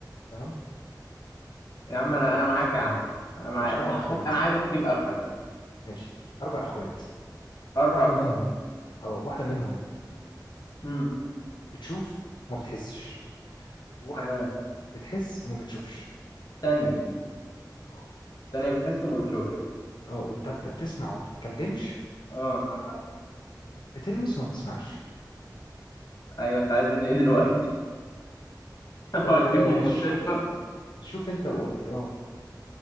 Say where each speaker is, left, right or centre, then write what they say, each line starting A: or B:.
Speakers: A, on the left; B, on the left.
A: تمام
B: يا عم
A: خد
B: انا
A: دي بقى
B: انا معاك يا عم انا معاك
A: ماشي اربع
B: انا
A: اخوات
B: حتى انا عايزك تجيب اخرك
A: ماشي اربع اخوات
B: اربع
A: واحده
B: فوق
A: منهم اه واحده منهم
B: امم
A: بتشوف وما بتحسش واحده
B: تمام
A: بتحس وما بتشوفش
B: تانية
A: اه والتالتة
B: تانية بتحس ما بتشوفش
A: اه والتالتة بتسمع وما بتتكلمش
B: اه
A: الرابعه بتلمس وما بتسمعش
B: ايوه انت عايز مني ايه دلوقتي <laughs>
A: آه
B: اوديهم المستشفى
A: شوف شوف انت وقول لي اه